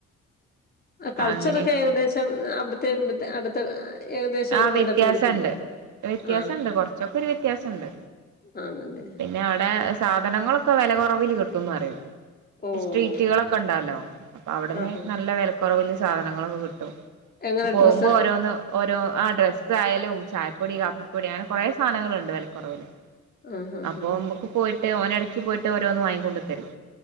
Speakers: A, on the left; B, on the right.
A: കൾച്ചറൊക്കെ
B: അങ്ങനെ
A: ഏകദേശം അവിടത്തെ ഇവിടു അ ഏകദേശം
B: ആ
A: ഒരുപോലൊക്കെ
B: വ്യത്യാസണ്ട്
A: വരത്തില്ലേ
B: വ്യത്യാസണ്ട്
A: ആഹ്
B: കൊറച്ചൊക്കെ ഒരു വ്യത്യാസണ്ട്
A: ആണല്ലെ
B: പിന്നെ അവിടെ സാധനങ്ങളൊക്കെ വെല കൊറവില് കിട്ടുംന്ന് പ അറയും
A: ഓഹ്
B: സ്ട്രീറ്റുകളൊക്കെ ഉണ്ടാലോ അപ്പൊ അവിടുന്ന്
A: ആഹാ
B: നല്ല വിലക്കുറവില് സാധനങ്ങളൊക്കെ കിട്ടും
A: എങ്ങനെ
B: പോകുമ്പോ
A: ഡ്രസ്സ്
B: ഓരോന്ന് ഓരോ ആ ഡ്രസ്സയാലും ചായപ്പൊടി കാപ്പിപ്പൊടി അങ്ങനെ കുറെ സാധനങ്ങളൾണ്ട് വിലക്കുറവില്
A: ആഹാഹാ
B: അപ്പൊ നമ്മുക്ക് പോയിട്ട് ഓന ഇടക്ക് പോയിട്ട് ഓരോന്ന് വാങ്ങിക്കൊണ്ട് തരും